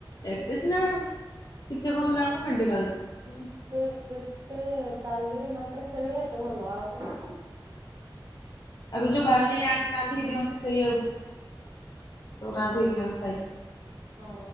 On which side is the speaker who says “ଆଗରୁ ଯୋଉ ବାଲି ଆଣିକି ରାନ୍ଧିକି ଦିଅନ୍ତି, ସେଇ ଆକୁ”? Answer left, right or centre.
Left